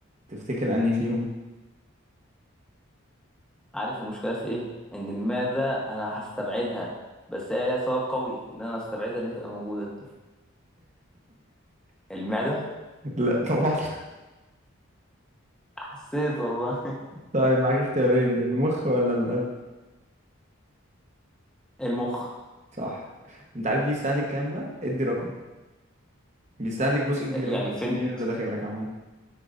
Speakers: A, on the right; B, in the centre.
A: تفتكر أنهي فيهم؟
B: عارف المشكلة في ايه ان المعدة انا هستبعدها بس هي ليها سبب قوي ان انا استبعدها ان هي تبقى موجودة المعدة
A: <laughs> لا طبعا
B: حسيت والله
A: طيب معاك اختيارين المخ ولا القلب
B: <laughs> المخ
A: صح انت عارف بيستهلك كام بقى ادي رقم بيستهلك جزء كبير
B: يعني
A: قوي من الاكسجين
B: فين
A: اللي داخل لك عامه